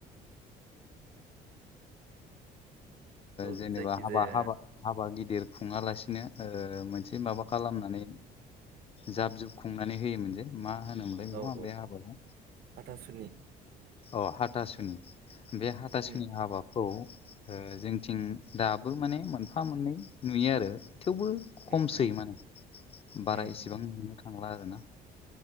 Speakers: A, on the right (about 60°); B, on the left (about 35°).
A: औ
B: जेनेबा
A: जायखिजाया
B: हाबा हाबा हाबा गिदिर खुंङालासे नो ओ मोनसे माबा खालामनानै जाब जुब खुंनानै होयोमोन मा मा होनोमोनलाय
A: औ
B: बेखौ
A: औ
B: बे हाबाखौ
A: हाथासुनि
B: अ हाथासुनि बे हाथासुनि
A: उम
B: हाबाखौ ओ जोंथिं दाबो माने मोनफा मोननै नुयो आरो थेवबो खमसै
A: उम उम
B: माने बारा
A: उम
B: इसेबां
A: उम
B: नुनो थांला आरोना